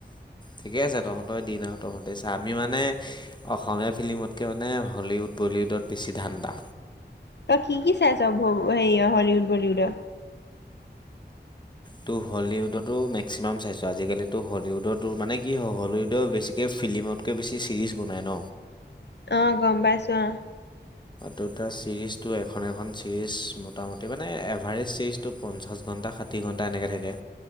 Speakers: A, on the left; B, on the left.
A: ঠিকে আছে তহঁতেই দিন আৰু তহঁতে চা আমি মানে অসমীয়া ফিল্মতকে মানে হলিউড বলিউডত বেছি ধান্দা।
B: ত কি কি চাইছ সে হলিউড বলিউডৰ?
A: ত' হলীউডতো মেক্সিমাম চাইছোঁ আজিকালিতো হলীউডতো মানে কি হয় হলীউডৰ বেছিকৈ ফিল্মতকৈ বেছি চিৰিজ বনায় ন।
B: আহ গম পাইছো আহ।
A: ত ত চিৰিজটো এখন এখন চিৰিজ মোটামুটি মানে এভাৰেজ চিৰিজটো পঞ্চাছ ঘণ্টা ষাঠি ঘণ্টা এনেকৈ থাকে।